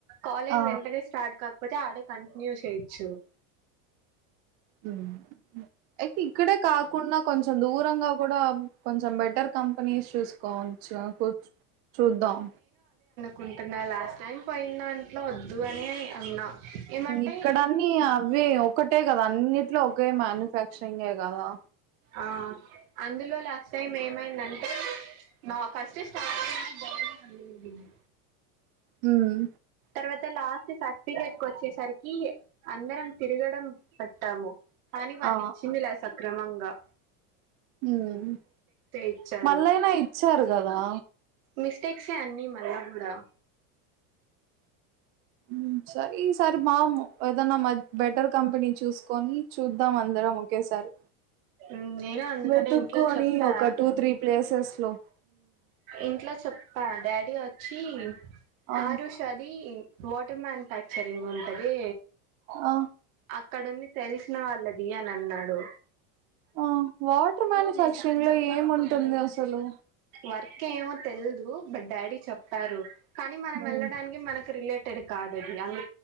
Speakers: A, on the right (about 70°); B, on the right (about 25°).
A: కాలేజ్
B: ఆ
A: వెంటనే స్టార్ట్ కాకపోతే ఆడే కంటిన్యూ చేయొచ్చు. <inaudible>
B: ఉమ్ అయితే ఇక్కడే కాకుండా కొంచెం దూరంగా కూడా కొంచెం బెటర్ కంపెనీస్ చూసుకోవచ్చు చూద్దాం
A: కుంటున్నా లాస్ట్ టైం పోయిన దాంట్లో వద్దు అనే అన్నా ఏమంటే
B: ఇక్కడన్నీ అవే ఒకటే కాదు అన్నిటిలో ఒకే మ్యానుఫ్యాక్చరింగే గదా
A: ఆ అందులో లాస్ట్ టైం ఏమైందంటే? నా ఫస్ట్ స్టార్టింగ్ <inaudible>
B: మ్మ్
A: తర్వాత లాస్ట్ సర్టిఫికెట్ కొచ్చేసరికి అందరం తిరగడం పెట్టాము. కానీ వాళ్ళిచ్చిందిలే
B: ఆ
A: స క్రమంగా
B: మ్మ్
A: ఇచ్చారు
B: మళ్ళైనా ఇచ్చారు గదా.
A: మిస్టేక్సే అన్నీ మళ్ళా గూడా
B: మ్మ్ సరే ఈసారి మామ్ ఏదనా బెటర్ కంపెనీ చూసుకొని చూద్దాం అందరం ఒకేసారి.
A: మ్మ్ నేను అందుకనే
B: వెతుక్కొని
A: ఇంట్లో చెప్పా
B: ఒక టూ త్రీ ప్లేసెస్ లో
A: ఇంట్లో చెప్పా డా డి వొచ్చి
B: ఆ
A: ఆరూష దీ వాటర్ మ్యాన్ఫ్యాక్చరింగ్ ఉంటది
B: ఆ
A: అక్కడుంది తెల్సిన వాళ్ళది అని అన్నాడు.
B: ఆ వాటర్ మ్యానుఫ్యాక్చరింగ్ లో ఏం ఉంటుంది అసలు.
A: వర్కేమో తెల్దు బట్ డాడీ చెప్పారు. కానీ మనం
B: హ్మ్.
A: వెళ్ళడానికి మనకి రిలే టెడ్ కాదది అందు